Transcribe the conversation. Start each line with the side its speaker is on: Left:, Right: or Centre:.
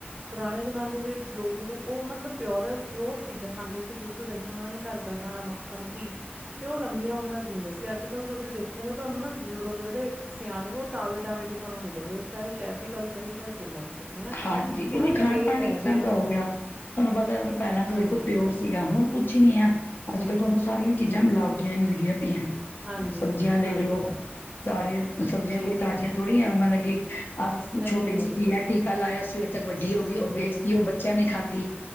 Right: ਪੁਰਾਣੇ ਜ਼ਮਾਨੇ ਦੇ ਲੋਕ ਜਿਹੜੇ ਉਹ ਮਤਲਬ ਪਿਓਰ ਪਿਓਰ ਚੀਜ਼ਾਂ ਖਾਂਦੇ ਸੀ ਦੁੱਧ ਦਹੀਂ ਉਹਨਾਂ ਨੇ ਘਰਦਾ ਖਾਣਾ ਮੱਖਣ ਕੀ ਤੇ ਉਹ ਲੰਬੀਆਂ ਉਮਰਾਂ ਜੀਂਦੇ ਸੀ ਅੱਜ ਕੱਲ ਤੁਸੀਂ ਦੇਖੋਗੇ ਤੁਹਾਨੂੰ ਨਾ ਬਜ਼ੁਰਗ ਜਿਹੜੇ ਸਿਆਣੇ ਉਹ ਟਾਵੇ ਟਾਵੇ ਦੇਖਣ ਨੂੰ ਮਿਲੂਗਾ ਚਾਹੇ ਸ਼ਹਿਰ ਦੀ ਗੱਲ ਕਰੀਏ ਚਾਹੇ ਪਿੰਡਾਂ ਦੀ ਕਰੀਏ ਨਾ
Left: ਹਾਂਜੀ
Right: ਉਹਨਾਂ
Left: ਤੂੰ ਵੀ
Right: ਦੀ
Left: ਖਾਣ
Right: ਏਜ
Left: ਪਾਣ
Right: ਹੈਗੀ
Left: ਇਸ ਤਰ੍ਹਾਂ
Right: ਆ
Left: ਦਾ ਹੋ ਗਿਆ ਤੁਹਾਨੂੰ ਪਤਾ ਮਤਲਬ ਪਹਿਲਾਂ ਤਾਂ
Right: ਹਾਂਜੀ
Left: ਦੇਖੋ ਪਿਓਰ ਸੀਗਾ ਹੁਣ ਕੁੱਛ ਹੀ ਨਹੀਂ ਹੈ ਅੱਜ
Right: ਜੀ
Left: ਕੱਲ੍ਹ ਤੁਹਾਨੂੰ ਸਾਰੀਆਂ ਚੀਜ਼ਾਂ
Right: ਜੀ
Left: ਮਿਲਾਵ ਮਿਲਦੀਆਂ ਪੀਆਂ
Right: ਹਾਂਜੀ
Left: ਸਬਜ਼ੀਆਂ ਦੇਖਲਓ
Right: ਹਾਂਜੀ ਹਾਂਜੀ
Left: ਸਾਰੇ ਸਬਜ਼ੀਆਂ
Right: ਜੀ
Left: ਕੋਈ ਤਾਜ਼ੀਆਂ ਥੋੜੀ ਆ ਮਤਲਬ ਕਿ ਅੱਜ
Right: ਨਹੀਂ
Left: ਛੋਟੀ
Right: ਨਹੀਂ
Left: ਜਿਹੀ ਕੀ ਹੈ ਟੀਕਾ ਲਾਇਆ ਸਵੇਰ ਤੱਕ ਵੱਡੀ ਹੋ ਗਈ ਉਹ ਵੇਚਤੀ
Right: ਜੀ
Left: ਉਹ ਬੱਚਿਆਂ ਨੇ ਖਾਧੀ